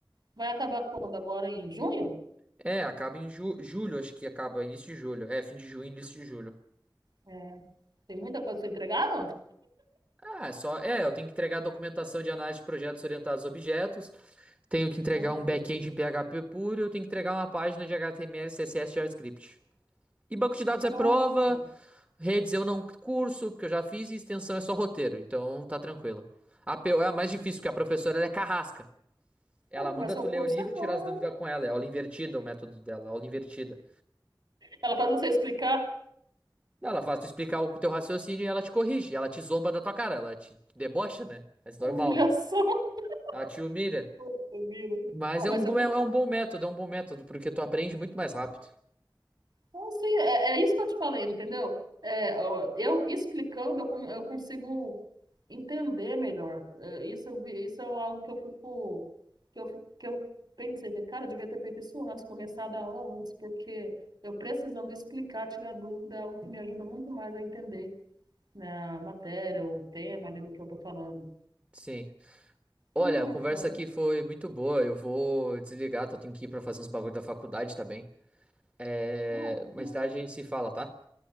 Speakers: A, on the right; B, on the right.
A: Vai acabar quando? Agora em junho?
B: É, acaba em ju- julho, acho que acaba, início de julho. É, fim de junho, início de julho.
A: É, tem muita coisa pra entregar, não?
B: Ah, é só. É, eu tenho que entregar a documentação de análise de projetos orientados a objetos. Tenho que entregar
A: Ai,
B: um
A: que
B: back-end
A: tristeza.
B: em PHP puro. Eu tenho que entregar uma página de HTML, CSS, e JavaScript. E banco de dados
A: Caraca.
B: é prova. Redes eu não curso, porque eu já fiz. E extensão é só roteiro, então tá tranquilo. A APO é a mais difícil, porque a professora ela é carrasca. Ela
A: Nossa,
B: manda
A: mas seu
B: tu
A: curso
B: ler o livro
A: é
B: e tirar
A: bom,
B: as dúvidas
A: né?
B: com ela. É aula invertida o método dela, aula invertida.
A: Ela faz você explicar.
B: Ela faz tu explicar o teu raciocínio e ela te corrige. Ela te zomba da tua cara, ela te debocha, né? Mas normal.
A: É uma humilhação. <laughs>
B: Ela te humilha.
A: Poxa vida.
B: Mas
A: Pô,
B: é
A: mas
B: um,
A: seu
B: bom-
A: curso.
B: é um bom método, é um bom método, porque tu aprende muito mais rápido.
A: Então, assim, é, é isso que eu te falei, entendeu? É, ó, eu explicando, eu, con- eu consigo entender melhor. É, isso, eu vi- isso é algo que eu fico, que eu, fico- que eu pensei, que, cara, eu devia ter feito isso antes, começar a dar aula antes, porque eu precisando explicar, tirar dúvida, é algo que me ajuda muito mais a entender, né, a matéria, o tema ali do que eu tô falando.
B: Sim. Olha,
A: Ah,
B: a conversa
A: cara.
B: aqui foi muito boa. Eu vou desligar, tô- tenho que ir pra fazer uns bagulho da faculdade, tá bem? É...
A: Ah, beleza.
B: Mais tarde a gente se fala, tá?